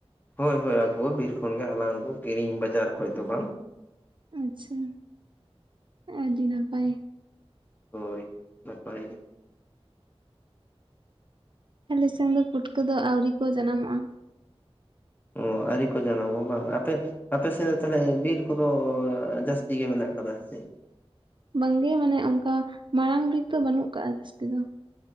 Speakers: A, on the left; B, on the right.
A: ᱦᱳᱭ ᱦᱳᱭ ᱟᱹᱜᱩ ᱵᱤᱨ ᱠᱷᱚᱱ ᱜᱮ ᱦᱟᱞᱟᱝ ᱟᱹᱜᱩ ᱠᱤᱨᱤᱧ ᱵᱟᱡᱟᱨ ᱠᱷᱚᱡ ᱫᱚ ᱵᱟᱝ
B: ᱟᱪᱪᱷᱟ ᱟᱹᱰᱤ ᱱᱟᱯᱟᱭ
A: ᱦᱳᱭ ᱱᱟᱯᱟᱭ ᱜᱮ
B: ᱟᱞᱮ ᱥᱮᱝ ᱫᱚ ᱯᱩᱴᱠᱟᱹ ᱫᱚ ᱟᱣᱨᱤ ᱠᱚ ᱡᱟᱱᱟᱢᱚᱜᱼᱟ᱾
A: ᱚ ᱟᱹᱣᱨᱤ ᱠᱚ ᱡᱟᱱᱟᱢᱚᱜ-ᱟ ᱵᱟᱝ ᱟᱯᱮ ᱟᱯᱮ ᱥᱮᱫ ᱫᱚ ᱛᱟᱦᱚᱞᱮ ᱵᱤᱨ ᱠᱚᱫᱚ ᱡᱟᱹᱥᱛᱤ ᱜᱮ ᱢᱮᱱᱟᱜ ᱟᱠᱟᱫᱟ ᱥᱮ ᱪᱮᱫ
B: ᱵᱟᱝ ᱜᱮ ᱢᱟᱱᱮ ᱚᱱᱠᱟ ᱢᱟᱲᱟᱝ ᱵᱤᱨ ᱫᱚ ᱵᱟᱹᱱᱩᱜ ᱟᱠᱟᱜᱼᱟ ᱡᱟᱹᱥᱛᱤ ᱫᱚ